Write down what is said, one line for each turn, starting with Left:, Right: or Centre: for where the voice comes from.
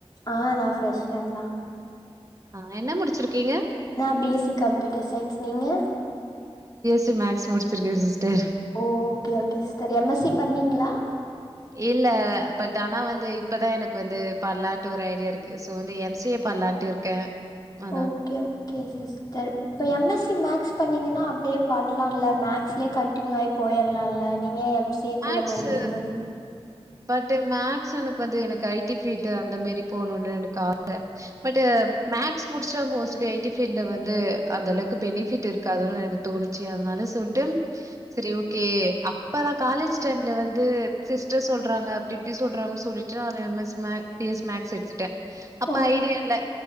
Left: ஆ நா ஃப்ரெஷர் தான்
Right: ஆஹ் என்ன முடிச்சிருக்கீங்க
Left: நான் பி சி கம்ப்யூட்டர் சயின்ஸ் நீங்க
Right: சி மேக்ஸ் முடிச்சிருக்க சிஸ்டர்
Left: ஓ okay okay sister M S C பண்ணீங்களா
Right: இல்ல பட் ஆனா வந்து இப்பதான் எனக்கு வந்து பண்ணலான்ட்டு ஒரு ஐடியா இருக்கு சோ வந்து எம்சிஏ பண்ணலான்ட்டு இருக்கேன் அதான்.
Left: ஓக்கே ஓக்கே சிஸ்டர் இப்ப எம்எஸ்சி மேக்ஸ் பண்ணீங்கன்னா அப்டியே பண்ணலாம்ல மேக்ஸ்லயே கண்டினியூ ஆகி போயிறலாம்ல நீங்க எ சே கொள்ள
Right: மேக்ஸு
Left: மறுபடி பாருங்க
Right: பட் மேக்ஸ் எனக்கு வந்து எனக்கு ஐ டி ஃபீல்டு அந்த மாரி போணும்னு எனக்கு ஆச பட்டு மேக்ஸ் முடிச்சு மோஸ்ட்லி ஐடி ஃபீல்டுல வந்து அந்த அளவுக்கு பெனிஃபிட் இருக்காது எனக்கு தோணுச்சு அதனால சொல்லிட்டு செரி ஓக்கே அப்ப காலேஜ் டைம்ல வந்து சிஸ்டர் சொல்றாங்க அப்டி இப்டி சொல்றாங்கன்னு சொல்லிட்டு அது எம்எஸ் மேக்ஸ் பிஎஸ் மேக்ஸ் எடுத்துட்டேன் அப்ப
Left: ஓ
Right: ஐடியா இல்ல